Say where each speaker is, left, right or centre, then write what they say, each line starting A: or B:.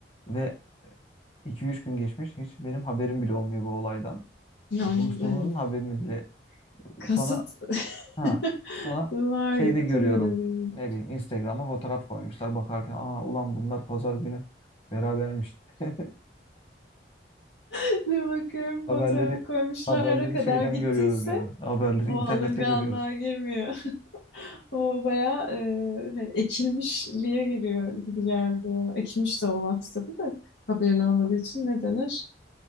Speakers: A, on the left; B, on the left.
A: Ve iki üç gün geçmiş hiç benim haberim bile olmuyor bu olaydan.
B: Ya,
A: Ya buluştuğumuzun
B: evet.
A: haberini bile
B: Kasıt
A: sonra ha
B: <laughs>
A: sonra
B: var
A: şeyde
B: gibi
A: görüyorum.
B: duruyor dediğim gibi.
A: Ne bileyim Instagram'a fotoğraf koymuşlar bakarken aa ulan bunlar pazar günü berabermiş. <laughs>
B: <laughs> Bir bakıyorum
A: Haberleri
B: fotoğraf koymuşlara
A: haberleri
B: kadar
A: şeyden
B: gittiyse
A: görüyoruz yani. Haberleri
B: o
A: internette
B: alınganlığa
A: görüyoruz.
B: girmiyor. <laughs> O bayağı e, hani ekilmişliğe giriyor gibi geldi bana. Ekilmiş de olmaz tabii de haberin olmadığı için ne denir?